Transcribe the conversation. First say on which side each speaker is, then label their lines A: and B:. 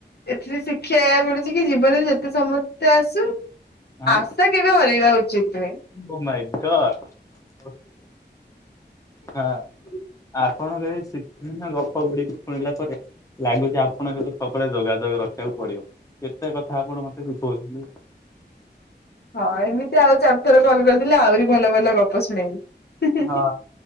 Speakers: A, on the left; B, on the left.
A: ଏଥିରେ ଶିକ୍ଷା ୟା ମିଲୁଛି
B: ହଁ
A: କି। ଜୀବନରେ ଯେତେ ସମସ୍ୟା ଆସୁ
B: ଆଁ
A: ଆଶା କେବେ ହରାଇବା ଉଚିତ ନୁହେ?
B: ଓ ମାଇଁ ଗଡ୍ <inaudible> ଆଁ <inaudible> ଆଁ। ଆପଣଙ୍କ ଏଇ ଶିକ୍ଷଣ ଗପ ଗୁଡିକୁ ଶୁଣିଲା ପରେ। ଲା ଲାଗୁଛି ଆପଣଙ୍କ ସହ ସବୁବେଳେ ଯୋଗାଯୋଗ ରଖିବାକୁ ପଡିବ। କେତେ କଥା ଆପଣ ମତେ ଶିଖଉଛନ୍ତି।
A: ହଁ ଏମିତି ଆଉ ଚାରିଥର କଲ୍ କରିଥିଲେ ଆହୁରି ଭଲ ଭଲ ଗପ ହଁ ଶୁଣେଇଲୁ। ହିଁ ହିଁ ହିଁ
B: ହଁ